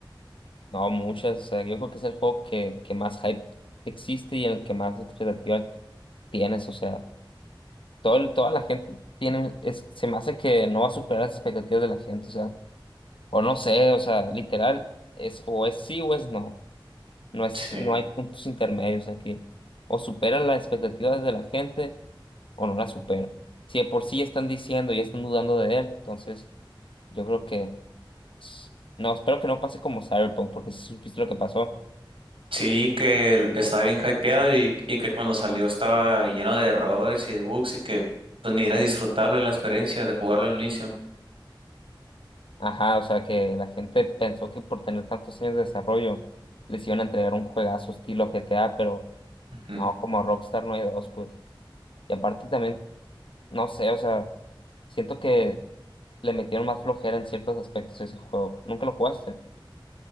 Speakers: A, on the left (about 75°); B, on the right (about 85°).
A: No, muchas, o sea, yo creo que es el juego que, que más hype existe y en el que más expectativa tienes, o sea, todo, el- toda la gente tiene, es, se me hace que no va a superar las expectativas de la gente, o sea, o no sé, o sea, literal, es o es sí o es no. No es,
B: Sí.
A: no hay puntos intermedios aquí. O supera las expectativas de la gente o no las supera Si de por sí ya están diciendo y están dudando de él, entonces yo creo que s- no, espero que no pase como Cyberpunk, porque si supiste lo que pasó,
B: Sí, que el- estaba bien hypeado y, y que cuando salió estaba lleno de errores y de bugs y que pues ni era disfrutable la experiencia de jugarlo al inicio.
A: ajá, o sea que la gente pensó que por tener tantos años de desarrollo les iban a entregar un juegazo estilo GTA, pero
B: Ujú.
A: no, como Rockstar no hay dos, pues. Y aparte también, no sé, o sea, siento que le metieron más flojera en ciertos aspectos a ese juego. ¿Nunca lo jugaste?